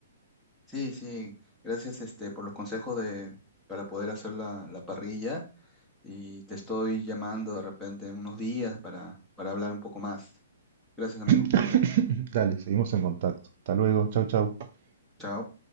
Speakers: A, in the centre; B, on the right.
A: Sí, sí, gracias este, por los consejos de, para poder hacer la la parrilla. y te estoy llamando de repente en unos días para, para hablar un poco más. Gracias, amigo.
B: <laughs> Dale, seguimos en contacto. Hasta luego, chau, chau.
A: Chao.